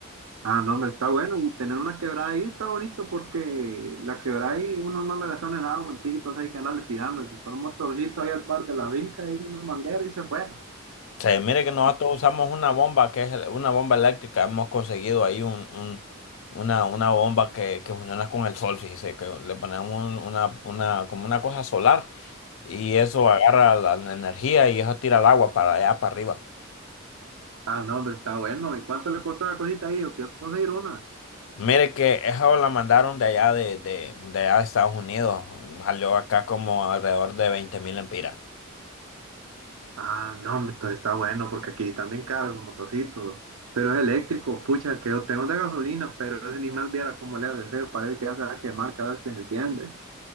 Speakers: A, on the right (about 80°); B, on the left (about 65°).
A: Ah, no, me está bueno. Y tener una quebrada ahí está bonito porque la quebrada ahí uno no la gasta en el agua, en pipas hay que andarle tirando. Si Son un motorcito ahí al par de la vinca ahí, una manguera y se fue.
B: Se mire que nosotros usamos una bomba que es el- una bomba eléctrica, hemos conseguido ahí un, un- una, una bomba que, que funciona con el sol, fíjese, que le ponemos un- una, una, como una cosa solar y eso agarra la, la energía y eso tira el agua para allá para arriba.
A: Ah, no, hombre, está bueno. ¿Y cuánto le costó la cosita ahí? Yo quiero conseguir una.
B: Mire que esa la mandaron de allá de, de, de allá de Estados Unidos. Salió acá como alrededor de veinte mil empiras.
A: Ah, no, hombre, entonces está bueno porque aquí también caro los motorcitos. Pero es eléctrico, pucha, el que yo tengo es de gasolina, pero ese ni más viera cómo le hace feo. Parece que ya se va a quemar cada vez que se enciende.